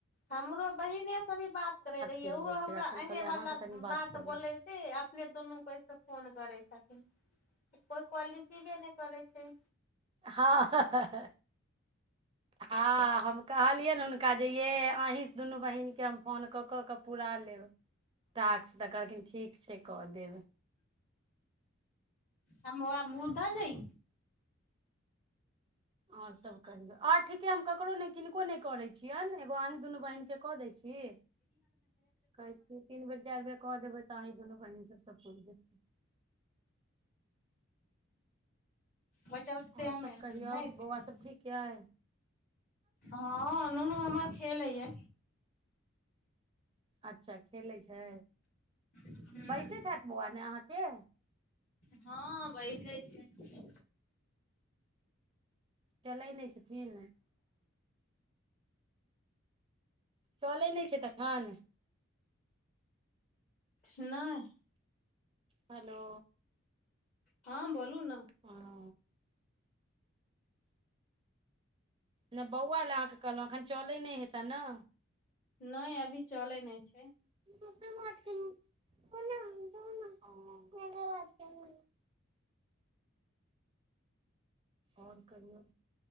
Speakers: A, on the left; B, on the right.
A: हमरो बहिने से अभी बात करे रहियै
B: केलियै
A: उहो हमरा
B: फेर एखन कहलियै
A: अहीं
B: अहाँसँ
A: वला
B: कनि
A: बात
B: कऽ लै
A: बोलै से अपने दुनू बहिन त फोन करै छथिन। कोइ काॅल रिसिवे ने करै छै।
B: हाॅं, ह ह ह। हाॅं हम कहलियैन हुनका जे यै अहीं दुनु बहिन के हम फोन क क के पूरा लेब। टास्क त कहलखिन ठीक छै क देब।
A: हमहुँ आब मूंह धो ली।
B: और सब कहियौ, और ठीके हम ककरो नै किनको ने करै छियेन एगो अहि दुनू बहिनके क दै छी, कहै छी। तीन बेर चारि बेर क देबै त अही दुनू बहिन सब से पुरि जेतै।
A: बचल
B: आओर
A: छे आब
B: सभ
A: नै
B: कहियौ
A: <unintelligible>
B: बौआ सभ ठीक यइ
A: हाॅं नुनु हमर खेलै ये
B: अच्छा खेलै छै,
A: हूँ
B: बैसैत हैत बौआ ने अहाँके?
A: हाॅं बैठेइ छै।
B: चलै नै छथिन? चलै ने छैय तखन
A: नय
B: हैलो
A: ह बोलू न
B: हाॅं ने बौआ लै अहाॅं के कहलौ एखन चलै ने हेता न।
A: नैय अभी चलै नै छै।
B: <unintelligible> ओर कहियौ